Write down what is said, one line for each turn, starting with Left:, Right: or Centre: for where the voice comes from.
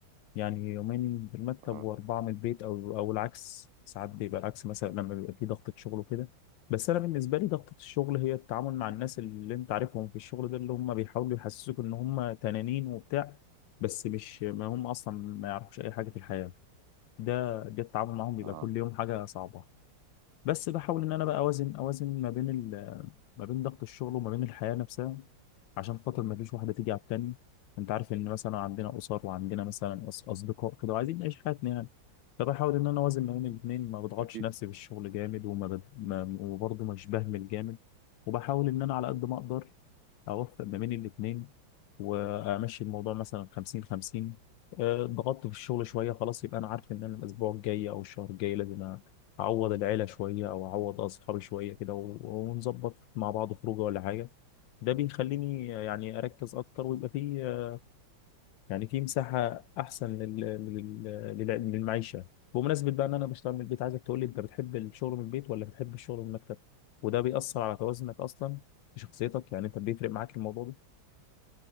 Left: يعني يومين في المكتب
Right: اه
Left: وأربعة من البيت أو أو العكس ساعات بيبقى العكس مثلا لما بيبقى في ضغطة شغل وكده بس أنا بالنسبة لي ضغطة الشغل هي التعامل مع الناس اللي أنت عارفهم في الشغل ده اللي هم بيحاولوا يحسسوك إن هم تنانين وبتاع بس مش ما هم أصلا ما يعرفوش أي حاجة في الحياة ده ده التعامل معاهم بيبقى
Right: اه
Left: كل يوم حاجة صعبة بس بحاول ان انا بقى اوازن اوازن ما بين ال ما بين ضغط الشغل وما بين الحياه نفسها عشان خاطر ما فيش واحده تيجي على التاني انت عارف ان مثلا عندنا اسر وعندنا مثلا أص- اصدقاء كده وعايزين نعيش حياتنا يعني فبحاول ان انا اوازن ما بين الاثنين ما بضغطش
Right: اكيد
Left: نفسي بالشغل جامد وما بد... ما... وبرضه مش بهمل جامد وبحاول ان انا على قد ما اقدر اوفق ما بين الاثنين وامشي الموضوع مثلا 50 50 آه، ضغطت في الشغل شويه خلاص يبقى انا عارف ان انا الاسبوع الجاي او الشهر الجاي لازم اعوض العيله شويه او اعوض اصحابي شويه كده و- ونظبط مع بعض خروجه ولا حاجه ده بيخليني آه، يعني اركز اكتر ويبقى في آه، يعني في مساحه احسن لل... لل... لل... للمعيشه بمناسبه بقى ان انا بشتغل من البيت عايزك تقول لي انت بتحب الشغل من البيت ولا بتحب الشغل من المكتب وده بيأثر على توازنك اصلا في شخصيتك يعني انت بيفرق معاك الموضوع ده